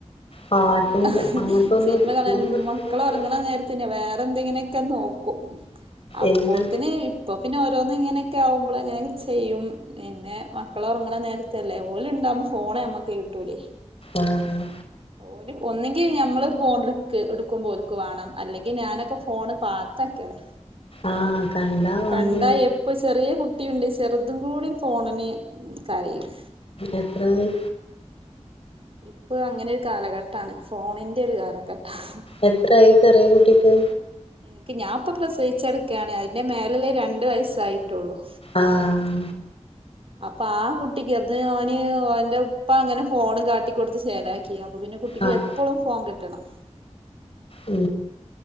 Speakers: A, on the left; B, on the right.
A: പാട്ടും
B: ഇല്ല
A: അങ്ങനത്തൊന്നും അങ്ങനത്തെ ഒന്നും
B: സിനിമ
A: ഒരു-
B: കാണാന്
A: അങ്ങനത്തെ
B: മക്കള്
A: ഒന്നും
B: ഒറങ്ണ
A: ഇല്ല.
B: നേരത്ത് വേറെ എന്തെങ്ങനെ ക്കെ നോക്കും അപ്പോത്തിന്
A: എന്ത്
B: ഇപ്പൊ പിന്നെ <unintelligible> ഇങ്ങനെക്കെ ആവുമ്പ്ള് അങ്ങനൊക്കെ ചെയ്യും പിന്നെ മക്കളൊറങ്ങണ നേരത്തെല്ലേ ഓല് ഇണ്ടാവുമ്പോ ഫോണ് നമ്മക്ക് കിട്ടൂലേ
A: ആഹ്
B: ഓര് ഒന്നെങ്കി ഞമ്മള് ഫോൺ എടുക്ക് എടുക്കുമ്പോ ഓരുക്ക് വേണം അല്ലെങ്കീ ഞാനൊക്കെ ഫോണ് പാത്താക്കല്
A: ആഹ് കണ്ടാ വാണ്ടേ
B: കണ്ടാ എപ്പൊ ചെറിയ കുട്ടിയുണ്ട്ച് ചെറുതും കൂടി ഫോണിന് കരയും
A: എത്രായി
B: ഇപ്പൊ അങ്ങനെ ഒരു കാലഘട്ടാണ് ഫോണിന്റെ ഒരു കാലം കാലഘട്ടം
A: എത്രായി ചെറിയ കുട്ടിക്ക്
B: എനിക്ക് ഞാപ്പൊ പ്രസവിച്ചേടക്കയാണ് അയിന്റെ മേലില് രണ്ടു വയസ്സായി ട്ടുള്ളൂ
A: ആഹ്
B: അപ്പാ ആ കുട്ടിക്ക് അത് ഓന്റെ ഉപ്പ അങ്ങനെ ഫോണ് കാട്ടിക്കൊടുത്ത് ശേലാക്കി യപ്പപ്പിന്നെ കുട്ടക്ക്
A: ആഹ്
B: എപ്പളും ഫോൺ കിട്ടണം ട്ടണം
A: ഊ